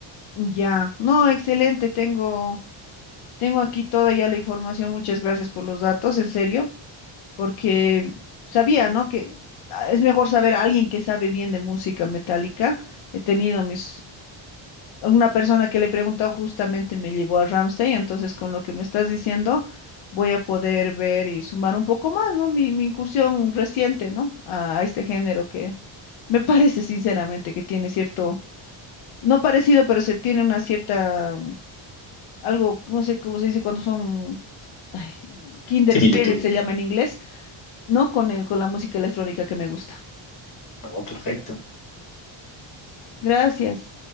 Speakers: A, on the left; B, on the left.
A: Ya, no, excelente, tengo, tengo aquí toda ya la información, muchas gracias por los datos, en serio. porque sabía, ¿no? Que ah, es mejor saber a alguien que sabe bien de música metálica. He tenido mis... Una persona que le he preguntado justamente me llevó a Ramsey, entonces con lo que me estás diciendo voy a poder ver y sumar un poco más, ¿no? Mi, mi incursión reciente, ¿no? A, a este género que me parece sinceramente que tiene cierto, no parecido, pero se tiene una cierta, algo, no sé cómo se dice cuando son, ay, Kinder
B: Similitud.
A: Spirit se llama en inglés no con el, con la música electrónica que me gusta.
B: No, perfecto.
A: Gracias.